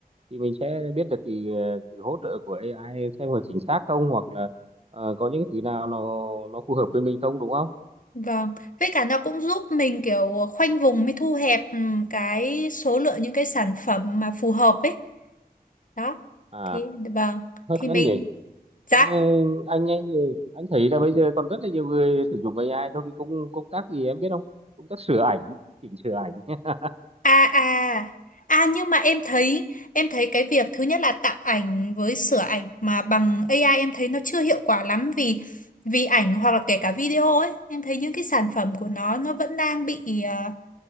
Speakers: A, on the right; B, on the left.
A: Thì mình sẽ biết được cái, ờ, cái hỗ trợ của AI xem có chính xác không hoặc là ờ, có những cái thứ nào nó nó phù hợp với mình không đúng không?
B: Vâng, với cả nó cũng giúp mình kiểu khoanh vùng mới thu hẹp ừm, cái số lượng những cái sản phẩm mà phù hợp ấy. Đó.
A: À,
B: Thì vâng,
A: hấp
B: thì
A: dẫn
B: mình
A: nhỉ.
B: dạ
A: Anh ờ, anh ấy, anh thấy là bây giờ còn rất là nhiều người sử dụng AI cho cái công công tác gì em biết không? Công tác sửa ảnh, chỉnh sửa ảnh. <laughs>
B: à à à nhưng mà em thấy em thấy cái việc thứ nhất là tạo ảnh với sửa ảnh mà bằng AI em thấy nó chưa hiệu quả lắm vì vì ảnh hoặc là kể cả video ấy, em thấy những cái sản phẩm của nó nó vẫn đang bị ờ,